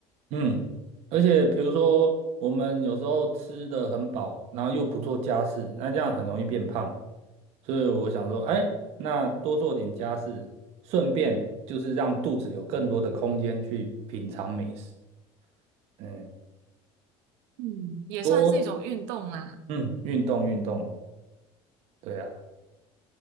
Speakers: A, on the right; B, on the right.
A: 嗯，而且比如说我们有时候吃的很饱，然后又不做家事，那这样很容易变胖。所以我想说，哎，那多做点家事，顺便就是让肚子有更多的空间去品尝美食。嗯，
B: 嗯，也算是一种运动啦。
A: 多嗯运动运动，对啊。